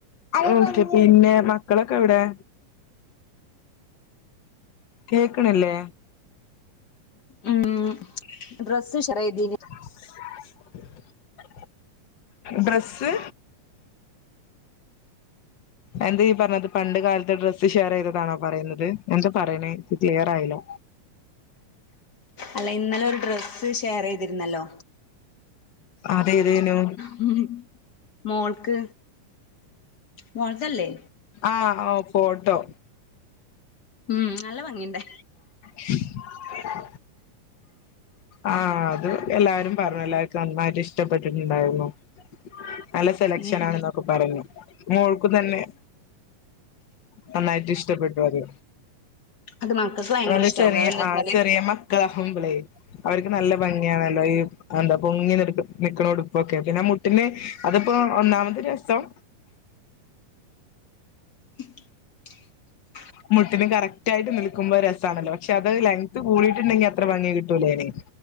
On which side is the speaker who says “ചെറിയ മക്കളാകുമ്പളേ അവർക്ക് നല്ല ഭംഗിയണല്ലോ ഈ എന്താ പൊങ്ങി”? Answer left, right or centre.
Left